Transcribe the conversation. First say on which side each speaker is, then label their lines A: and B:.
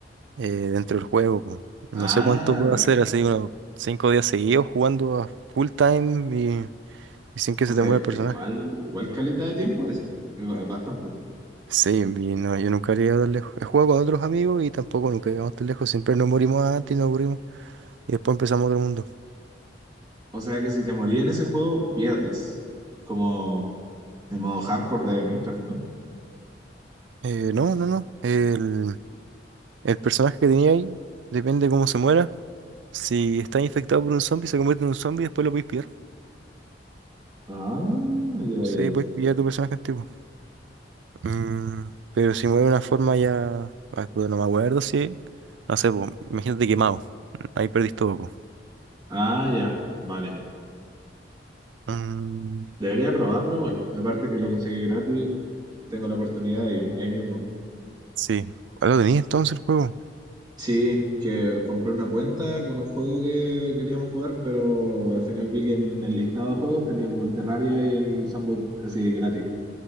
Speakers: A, on the right; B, on the right.
A: eh, dentro del juego, pues. No
B: Ah,
A: sé cuánto puedo hacer, así unos cinco días seguidos jugando a full time y, y sin que
B: o
A: se
B: sea,
A: te mueva el personaje.
B: igual, igual caleta de tiempo eso. Es ba- es Bastante.
A: Sí, y no, yo nunca he llegado tan lejos. He jugado con otros amigos y tampoco nunca llegamos tan lejos. Siempre nos morimos antes y nos aburrimos y después empezamos otro mundo.
B: O sea que si te morís en ese juego, pierdes. Como el modo hardcore de Minecraft, ¿no?
A: Eh, no, no, no. El, el personaje que tenía ahí depende de cómo se muera. Si está infectado por un zombie, se convierte en un zombie y después lo podéis pillar.
B: Ah, ya,
A: Sí,
B: ya, ya.
A: puedes pillar tu personaje antiguo. Mm, pero si mueve de una forma ya. ah, puta, no me acuerdo si. No sé, po, imagínate quemado. Ahí perdiste todo, po.
B: Ah, ya. Vale.
A: Mm,
B: Debería probarlo igual. Aparte que lo conseguí gratis, tengo la oportunidad ahí, ahí mismo.
A: sí. ¿Cuál lo tenías entonces el juego?
B: Sí, que compré una cuenta con un juego que queríamos jugar, pero al final vi que en el listado de juegos tenía como el Terraria y el Sunboy así gratis.